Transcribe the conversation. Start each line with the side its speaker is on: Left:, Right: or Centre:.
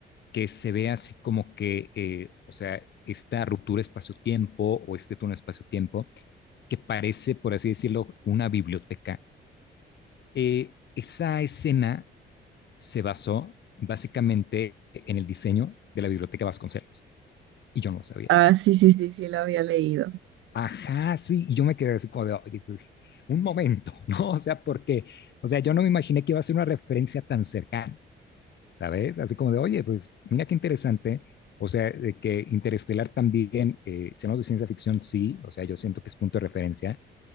Left: que se vea así como que, eh, o sea, esta ruptura espacio-tiempo o este túnel espacio-tiempo, que parece, por así decirlo, una biblioteca. Eh, esa escena se basó básicamente en el diseño de la biblioteca Vasconcelos, y yo no lo sabía.
Right: Ah, sí, sí, sí, sí, lo había leído.
Left: Ajá, sí, y yo me quedé así como de, oye, un momento, <laughs> ¿no? O sea, porque, o sea, yo no me imaginé que iba a ser una referencia tan cercana. ¿sabes? Así como de, oye, pues mira qué interesante. O sea, de que Interestelar también, eh, si hablamos de ciencia ficción, sí, o sea, yo siento que es punto de referencia,